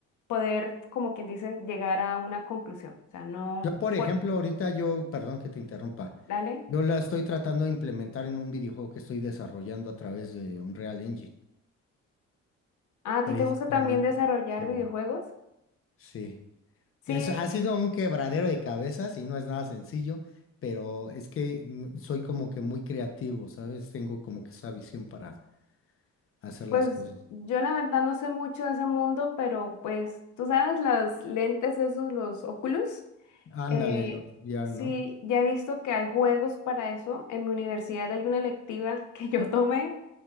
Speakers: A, on the left; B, on the left.
A: poder, como quien dice, llegar a una conclusión. O sea, no,
B: Yo, por ejemplo,
A: por,
B: ahorita yo, perdón que te interrumpa,
A: dale.
B: yo la estoy tratando de implementar en un videojuego que estoy desarrollando a través de Unreal Engine,
A: Ah, ¿a
B: precisamente.
A: ti te gusta también desarrollar
B: Sí.
A: videojuegos?
B: Sí.
A: Sí,
B: Eso ha sido un quebradero de cabezas y no es nada sencillo, pero es que mm, soy como que muy creativo, ¿sabes? Tengo como que esa visión para hacer
A: pues
B: las cosas.
A: yo la verdad no sé mucho de ese mundo, pero pues tú sabes, las lentes esos, los Oculus,
B: Ándale,
A: eh,
B: los VR,
A: sí,
B: ¿no?
A: ya he visto que hay juegos para eso. En mi universidad hay una electiva <laughs> que yo tomé